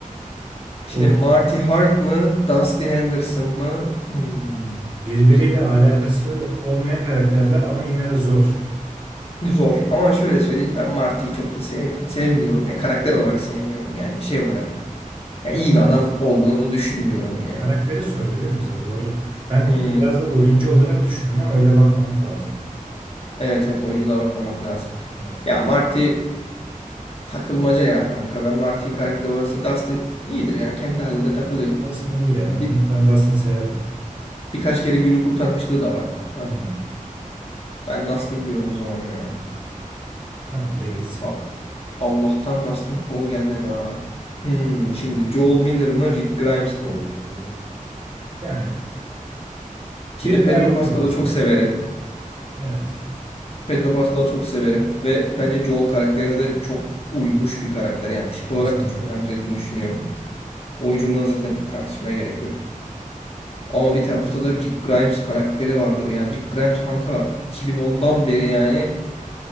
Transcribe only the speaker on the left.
Şimdi
Marty Hart mı? Dustin Henderson mı? Hmm,
Zor. Ama şöyle söyleyeyim ben Marty'yi çok da sev sevmiyorum. Ya karakter olarak sevmiyorum yani şey olarak. Ya
iyi bir
adam
olduğunu düşünmüyorum yani.
Hmm.
Evet evet oyunculuğa bakmamak lazım.
Ya Marty takılmaca ya kanka. Ben Marty'yi karakter olarak sev- Dustin iyidir ya. Kendi halinde takılıyor.
Bir,
birkaç kere günü kurtarmışlığı da var kanka.
Ben Dustin diyorum o zaman ya.
A- Allah'tan Dustin Cole gelmedi ha. Hmm, şimdi Joel Miller mı Rick Grimes
mı?
Şimdi
Pedro
Pascal'ı
çok severim.
Pedro Pascal'ı çok severim. Ve bence Joel karakterine de çok uymuş bir karakter. Yani tip olarak
da çok benzediğini düşünüyorum. Oyunculuğuna zaten tartışmaya gerek yok. Ama bir tarafta da Rick Grimes karakteri vardır. Yani Rick Grimes kanka 2010'dan beri yani